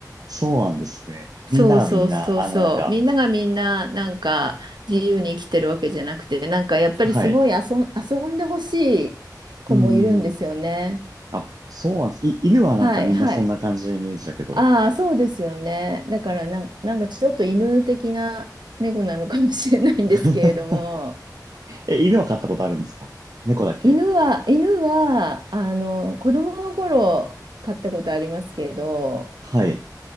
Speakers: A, on the right; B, on the right.
A: そうなんですね。
B: そうそうそうそう。
A: みんなはみんな、あの、なんか、
B: みんながみんな、なんか自由に生きてるわけじゃなくて、なんかやっぱりすごい遊ん、
A: はい。
B: 遊んでほしい子もいるんですよね。
A: うん。あ、そうなんです。い、犬はなんかみんなそんな感じのイメージだけど。
B: はいはい。ああ、そうですよね。だからなんか、なんかちょっと犬的な猫なのかもしれないんですけれども、
A: <laughs> え、犬は飼ったことあるんですか猫だけ。
B: 犬は、犬は、あの、子供の頃飼ったことありますけど、
A: はい。